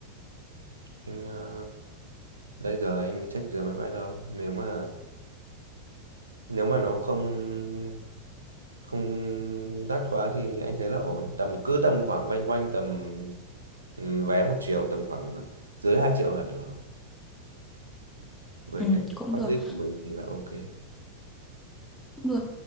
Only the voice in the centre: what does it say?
Ừ,
cũng
được,
cũng được.